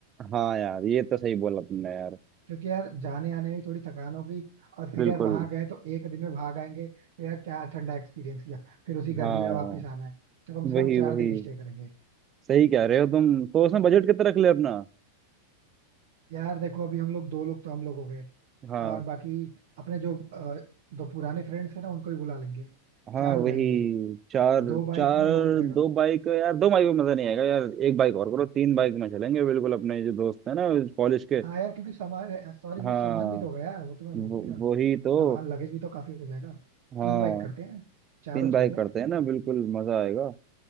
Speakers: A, on the right; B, on the right.
A: हाँ यार ये तो सही बोला तुमने यार
B: क्योंकि यार जाने आने में थोड़ी थकान होगी और फिर
A: बिल्कुल
B: यार वहां गए तो एक दिन में भाग आएंगे तो यार क्या ठंडा एक्सपीरियंस किया फिर उसी गर्मी
A: हाँ
B: में वापस आना है तो कम से
A: वही
B: कम चार
A: वही
B: दिन स्टे करेंगे
A: सही कह रहे हो तुम तो उसमें बजट कितना रख ले अपना
B: यार देखो अभी हम लोग दो लोग तो हम लोग हो गए
A: हाँ
B: और बाकी अपने जो अ, दो पुराने फ्रेंड्स हैं ना उनको भी बुला लेंगे
A: हाँ
B: चार
A: वही
B: हो जाएंगे
A: चार
B: दो बाइक
A: चार
B: में हो जाएगा
A: दो बाइक यार दो बाइक में मजा नहीं आएगा यार एक बाइक और करो तीन बाइक में चलेंगे बिल्कुल अपने जो दोस्त है ना कॉलेज के
B: हाँ यार क्योंकि सामान सॉरी
A: हाँ
B: मैं सामान भी तो होगा यार वो तो मैं
A: वो-
B: भूल गया
A: वही तो
B: सामान लगेज भी तो काफी हो जाएगा
A: हाँ
B: तीन बाइक करते हैं चारों
A: तीन
B: चलते
A: बाइक करते
B: हैं
A: हैं ना बिल्कुल मजा आएगा